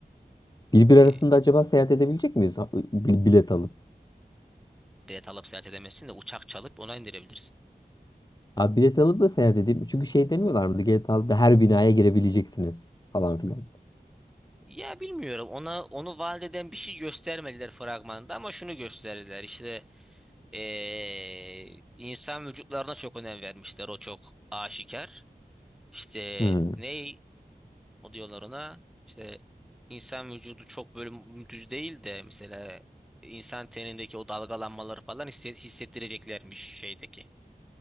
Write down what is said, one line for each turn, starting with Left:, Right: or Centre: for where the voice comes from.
Left: Birbir arasında
Centre: E,
Left: acaba seyahat edebilecek miyiz? Ha- bi- Bilet alıp.
Centre: bilet alıp seyahat edemezsin de uçak çalıp ona indirebilirsin.
Left: Abi bilet alıp da seyahat edeyim. Çünkü şey demiyorlar mı? GTA'da her binaya girebileceksiniz falan filan.
Centre: Ya bilmiyorum. Ona onu vaat eden bir şey göstermediler fragmanda ama şunu gösterdiler. işte Ee, insan vücutlarına çok önem vermişler. O çok aşikar. İşte
Left: Hmm.
Centre: ney o diyorlar ona işte insan vücudu çok böyle düz değil de mesela insan tenindeki o dalgalanmaları falan hisset- hissettireceklermiş şeydeki.